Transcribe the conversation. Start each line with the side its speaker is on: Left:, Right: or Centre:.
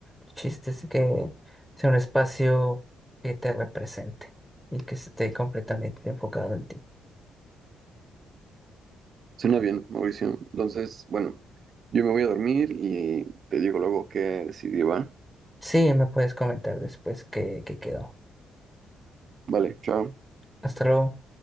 Centre: El chiste es que sea un espacio que te represente y que esté completamente enfocado en ti.
Right: Suena bien, Mauricio. Entonces, bueno, yo me voy a dormir y te digo luego qué decidí, ¿va?
Centre: Sí, me puedes comentar después qué, qué quedó.
Right: Vale, chao.
Centre: Hasta luego.